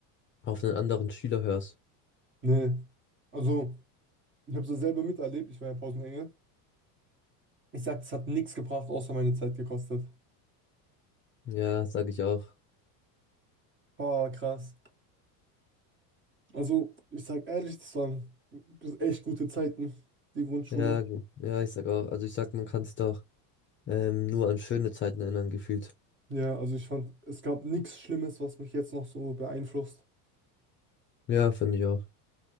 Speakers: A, on the left; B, on the right.
A: auf einen anderen Schüler hörst.
B: Nee. Also, ich habe es selber miterlebt, ich war ja Pausenengel. Ich sag, es hat nichts gebracht, außer meine Zeit gekostet.
A: Ja, sag ich auch.
B: Boah, krass. Also, ich sag ehrlich, das waren echt gute Zeiten, die Grundschule.
A: Ja, g- ja, ich sag auch. Also ich sag, man kann sich da auch ähm, nur an schöne Zeiten erinnern, gefühlt.
B: Ja, also ich fand, es gab nichts Schlimmes, was mich jetzt noch so beeinflusst.
A: Ja, finde ich auch.